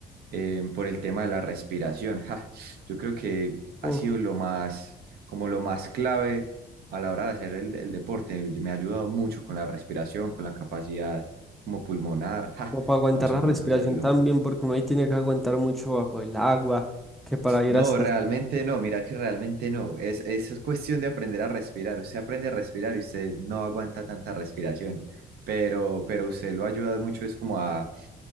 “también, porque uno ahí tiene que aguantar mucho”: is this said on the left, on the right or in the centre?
Centre